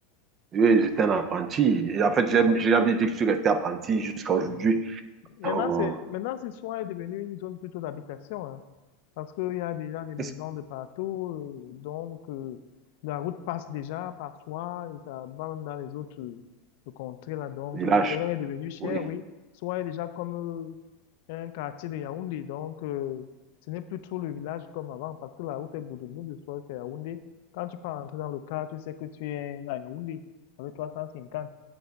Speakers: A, on the right; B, on the left.
A: Oui, J'étais un apprenti. Et en
B: Ouais.
A: fait, j'ai j'ai jamais dit que je suis resté apprenti jusqu'à aujourd'hui.
B: Mhm. Maintenant,
A: Dans
B: c'est, maintenant, ce soir est devenu une zone plutôt d'habitation. hein. Parce qu'il y a déjà des maisons
A: ce
B: de partout, euh, donc euh, la route passe déjà parfois et ça va même dans les autres euh, contrées là. Donc
A: village,
B: et le terrain est devenu cher,
A: oui.
B: oui. Soit il est déjà comme euh, un quartier de Yaoundé, donc euh, ce n'est plus trop le village comme avant parce que la route est bout de soit c'est Yaoundé. Quand tu peux rentrer dans le car, tu sais que tu es à Yaoundé avec 350.